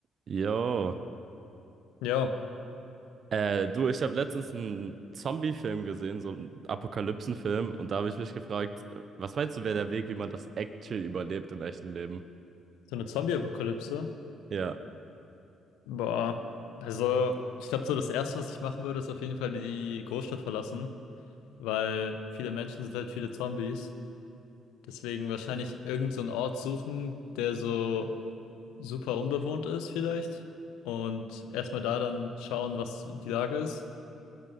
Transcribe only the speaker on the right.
Jo.
Äh, du, ich habe letztens einen Zombie-Film gesehen, so einen Apokalypsen-Film, und da habe ich mich gefragt, was meinst du, wäre der Weg, wie man das actually überlebt im echten Leben?
Ja.